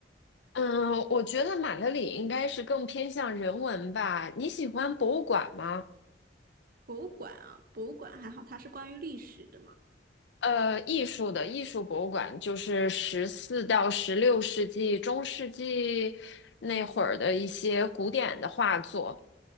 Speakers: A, on the left; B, on the right.
A: 嗯，我觉得马德里应该是更偏向人文吧。你喜欢博物馆吗？
B: 博物馆啊，博物馆还好，它是关于历史的嘛。
A: 呃，艺术的艺术博物馆就是十四到十六世纪、中世纪那会儿的一些古典的画作。
B: 嗯，